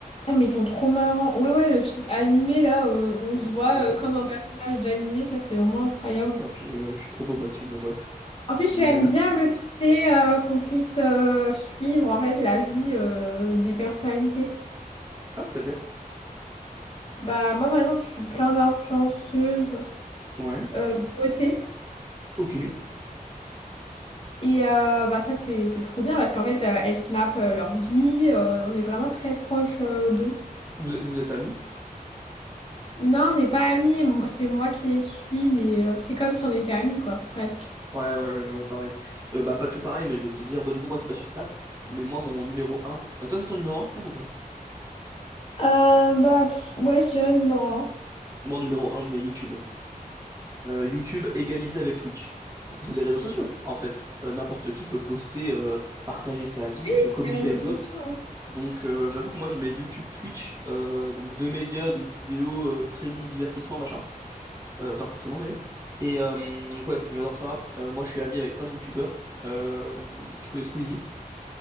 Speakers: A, on the left; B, on the right.
A: Ah, mais ils sont trop marrants. Ouais, ouais, le feed animé, là, euh, on
B: Mhm.
A: se voit
B: Ouais,
A: euh, comme un personnage d'animé, ça, c'est vraiment incroyable.
B: ouais, puis euh, je suis trop beau moi dessus, bon bref.
A: En plus,
B: Mais,
A: j'aime
B: euh,
A: bien le fait euh, qu'on puisse euh, suivre, en fait, la vie euh, des personnalités.
B: ah, c'est-à-dire?
A: Bah, moi, par exemple, je suis plein d'influenceuses
B: Ouais,
A: euh, beauté.
B: ok.
A: Et euh, bah, ça, c'est, c'est trop bien parce qu'en fait, euh, elles snapent euh, leur vie. euh, on est vraiment très proche euh, d'eux.
B: Vous êtes, vous êtes amis?
A: Non, on n'est pas amis. moi- C'est moi qui les suis, mais euh, c'est comme si on était amis, quoi, presque.
B: Ouais, ouais, ouais, je vois, pareil. Euh, bah, pas tout pareil, mais je vais te dire, bon, du coup, moi, c'est pas sur Snap, mais moi, mon numéro 1... toi, c'est ton numéro un Snap, ou pas?
A: Euh, bah, pff, ouais, je dirais numéro 1.
B: Moi, en numéro un, je mets YouTube. euh, YouTube égalisé avec Twitch. Parce que c'est des réseaux sociaux, en fait. Euh, n'importe qui peut poster, euh, partager sa vie,
A: Oui, oui,
B: peut communiquer
A: les réseaux
B: avec d'autres.
A: sociaux. hein.
B: Donc euh, j'avoue que moi je mets YouTube, Twitch, euh, donc deux médias de vidéos euh, streaming, divertissement, machin. Euh, pas forcément d'ailleurs. Et euh, donc ouais, j'adore ça. Euh, moi je suis ami avec plein de YouTubeurs. Euh, tu connais Squeezie?